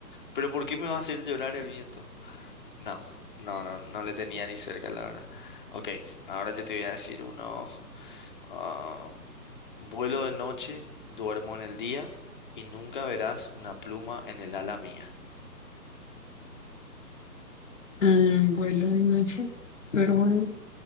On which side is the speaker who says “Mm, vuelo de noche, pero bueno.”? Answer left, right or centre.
Left